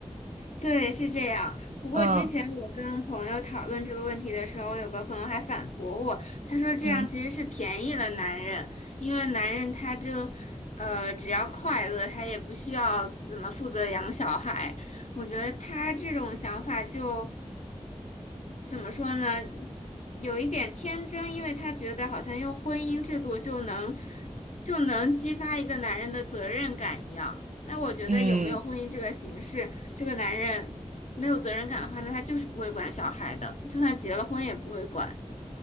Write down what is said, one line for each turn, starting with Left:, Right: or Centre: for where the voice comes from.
Left: 对，是这样。
Right: <laughs>
Left: 不过之前我跟朋友讨论这个问题的时候，
Right: 嗯
Left: 有个朋友还反驳我，他说这样其实是便宜了男人，
Right: 嗯
Left: 因为男人他就，呃，只要快乐，他也不需要怎么负责养小孩。我觉得他这种想法就。怎么说呢，有一点天真，因为他觉得好像用婚姻制度就能就能激发一个男人的责任感一样。那我觉得有没有婚姻这个形式，
Right: 嗯，
Left: 这个男人没有责任感的话，那他就是不会管小孩的，就算结了婚也不会管。